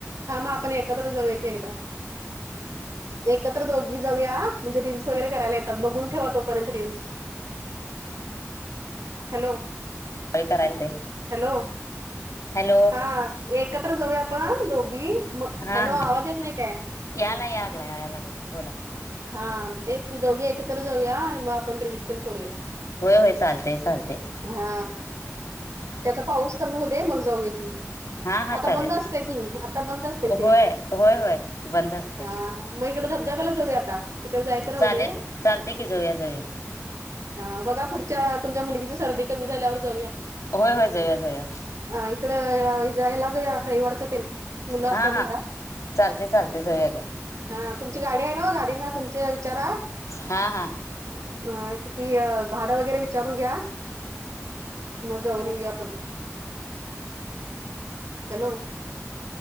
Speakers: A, on the right; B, on the left.
A: हा मग आपण एकत्र जाऊया की एकदा. एकत्र दोघी जाऊया म्हणजे रीलस वगैरे करायला येतात बघून ठेवा तोपर्यंत रीलस. हॅलो!
B: करायला ते
A: हॅलो
B: हॅलो
A: हा एक. एकत्र जाऊया आपण दोघ मग
B: हा
A: हॅलो
B: हा
A: आवाज येत नाही काय..
B: याला या लागला या लागलाय बोला
A: हा तेच की दोघी एकत्र जाऊया आणि मग आपण रीलल्स प करूया.
B: होय होय चालते चालते.
A: हा त्याता पाऊस कमी हो दे मग जाऊगे की.
B: हा हा
A: आता
B: चालेल
A: बंद असतय कि आता बंद असतय ते
B: होय होय होय बंद असते
A: हा मग इकड धबधब्याला जाऊया आता तिकडे जायचं
B: चालेल
A: राहू दे.
B: चालते की जाऊया जाऊया
A: हा बघा पुढच्या तुमच्या मुलगीची सर्दी कमी झाल्यावर जाऊया.
B: होय होय जया जाऊया.
A: अ इकडलाज व्यवहार वरच ते. मुलं
B: हा
A: असतात
B: हा
A: घरात.
B: चालते चालते जाऊया घ्या
A: हा तुमची गाडी आहे ना गाडी ना तुमच्या विचारा.
B: हा हा.
A: अ किती भाडं वगैरे विचारून घ्या. मजाऊन येऊ आपण हॅलो